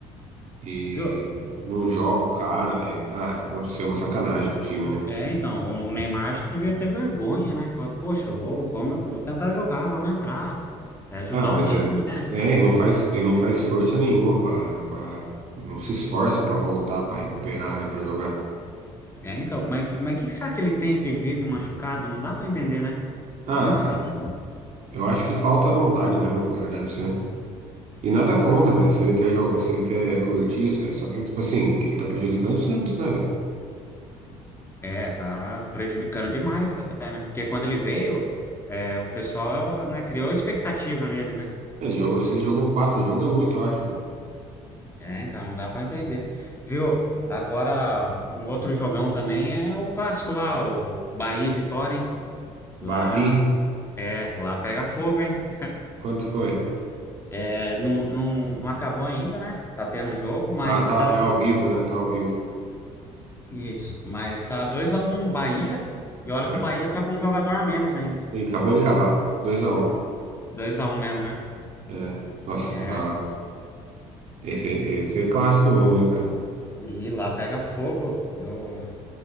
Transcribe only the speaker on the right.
E
não joga o cara, velho. Ah, fala pra você, é uma sacanagem com o time, né?
Ah, mas
é,
é, e não faz, e não faz força nenhuma pra, pra, não se esforça pra voltar, pra recuperar, né, Pra jogar.
Ah,
cara, eu acho que falta vontade mesmo, falar a verdade pra você. E nada contra, velho. Se ele quer jogar, se ele quer curtir, isso é só que, tipo assim, ele tá prejudicando o Santos, né, velho?
Ele jogou, se ele jogou quatro jogos é muito, eu acho, velho.
Bavi,
quanto foi?
Ah, tá,
é ao vivo, né? Tá ao vivo.
Ah, mas
Ele acabou de acabar. dois a um.
É, nossa,
da hora. Esse, esse é clássico mesmo, hein, cara?